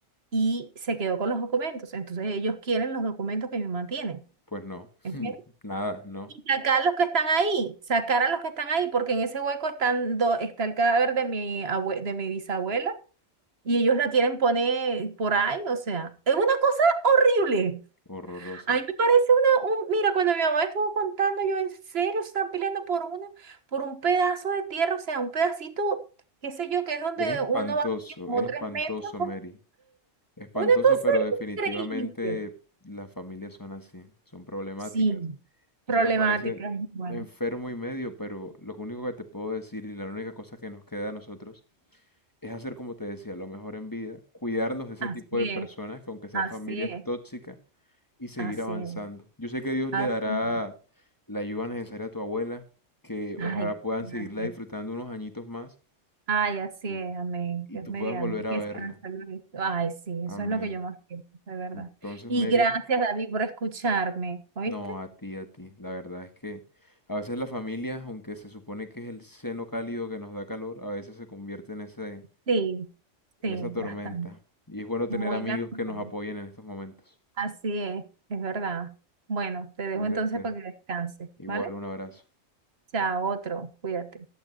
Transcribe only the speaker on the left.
pues no,
nada, no,
horroroso.
Es espantoso,
es espantoso,
Mary. Espantoso,
pero definitivamente
las familias son así, son problemáticas.
Eso me ¿verdad? parece
enfermo y medio, pero lo único que te puedo decir y la única cosa que nos queda a nosotros es hacer como te decía, lo mejor en vida, cuidarnos de ese
tipo de personas
que aunque sean
familias
tóxicas y seguir
avanzando.
Yo sé que Dios
le dará
la ayuda necesaria a tu abuela, que ojalá
puedan
seguirla disfrutando unos añitos más
y,
y
tú
puedas volver
a verla.
Amén.
Entonces,
Mary,
No, a ti, a ti. La verdad es que a veces la familia, aunque se supone que es el seno cálido que nos da calor, a veces se convierte en ese,
en
esa tormenta.
Y es bueno
tener amigos
que nos apoyen en estos momentos.
Cuídate.
Igual,
un abrazo.